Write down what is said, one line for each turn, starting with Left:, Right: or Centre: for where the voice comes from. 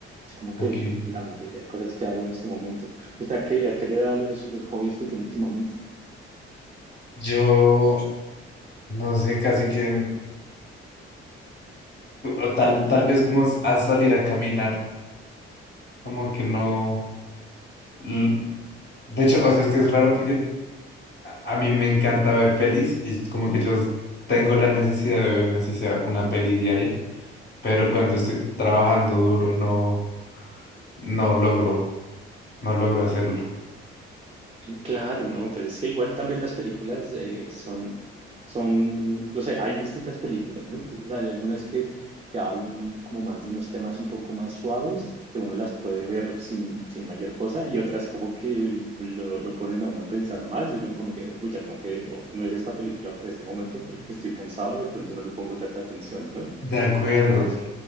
Right: Es como
Left: Ok.
Right: que la mayoría de cosas que hago en este momento. ¿Usted a qué, a qué le da los, los hobbies que tiene últimamente?
Left: Yo no sé, casi que o tal, tal vez como s- a salir a caminar, como que no. l- De hecho, o sea, es que es raro porque a a mí me encanta ver pelis y como que yo tengo la necesidad de verme así sea una peli diaria, pero cuando estoy trabajando duro no, no logro, no logro hacerlo.
Right: Claro, no, pues es que igual también las películas eh, son, son, no sé, hay distintas películas, ¿no? Entonces hay algunas que, que hablan como más de unos temas un poco más suaves, que uno las puede ver sin, sin mayor cosa, y otras como que lo, lo ponen a uno a pensar más, y uno como que, uy, ya como que oh, no es esta película para este momento porque estoy cansado y de pronto no le pongo tanta atención, ¿no?
Left: De acuerdo.
Right: A veces pasa eso.